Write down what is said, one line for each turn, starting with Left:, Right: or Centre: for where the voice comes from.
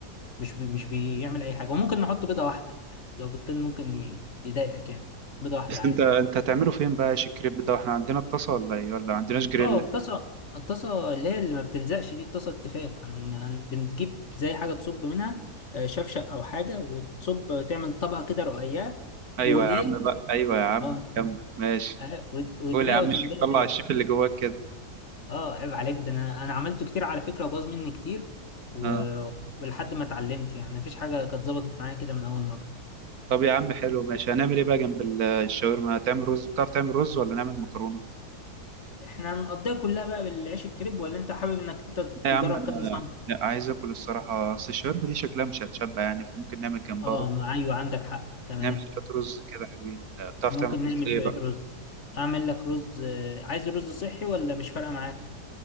Left: مش بي مش بيعمل اي حاجه وممكن نحط بيضه واحده لو بيضتين ممكن ي- يضايقك يعني بيضه واحده
Right: بس
Left: عادي
Right: انت انت هتعمله فين بقى عيش الكريب ده احنا عندنا الطاسة ولا ايه ولا عندناش جريل
Left: اه الطاسه الطاسه اللي هي اللي ما بتلزقش دي الطاسه التيفال هن- هن- بنجيب زي حاجه تصب منها آه، شفشق او حاجه وتصب تعمل طبقه كده رقيقه
Right: ايوه
Left: ودقيقة
Right: يا عم بقى ايوه يا عم
Left: اه
Right: كمل ماشي
Left: آه، ود- ودقيقة
Right: قول يا عم
Left: وتقوم
Right: الشيف
Left: جاي
Right: طلع
Left: عارف
Right: الشيف اللي جواك كده
Left: اه عيب عليك ده انا انا عملته كتير على فكرة وباظ مني كتير و-
Right: اه
Left: ولحد ما اتعلمت يعني مفيش حاجة كانت ظبطت معايا كده من اول مرة
Right: طب يا عم حلو ماشي هنعمل ايه بقى جنب ال- الشاورما هتعمل رز بتعرف تعمل رز ولا نعمل مكرونه
Left: احنا هنقضيها كلها بقى بالعيش الكريب ولا انت حابب انك انت تجرب
Right: لا يا عم انا
Left: كذا صنف
Right: لا عايز اكل الصراحه اصل الشاورما دي شكلها مش هتشبع يعني فممكن نعمل جنبها
Left: اه
Right: رز
Left: ما- ايوه عندك حق تمام
Right: نعمل شويه رز كده حلوين آه، بتعرف
Left: ممكن
Right: تعمل
Left: نعمل
Right: رز ايه
Left: شوية
Right: بقى
Left: رز اعمل لك رز آه، عايز رز صحي ولا مش فارقة معاك